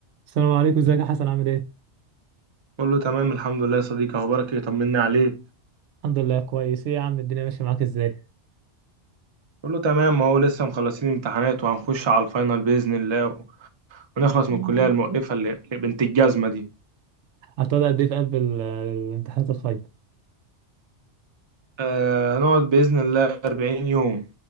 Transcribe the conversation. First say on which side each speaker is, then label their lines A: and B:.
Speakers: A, on the right; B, on the right.
A: السلام عليكم ازيك يا حسن عامل ايه؟
B: كله تمام الحمد لله يا صديقي اخبارك ايه طمني عليك
A: الحمد لله كويس ايه يا عم الدنيا ماشية معاك ازاي؟
B: كله تمام اهو لسه مخلصين امتحانات وهنخش على الفاينل باذن الله و- ونخلص
A: آه،
B: من الكليه المؤلفه اللي اللي بنت الجزمه دي
A: هتقعد قد ايه في قلب ال- الامتحانات الفاينل؟
B: آه هنقعد باذن الله 40 يوم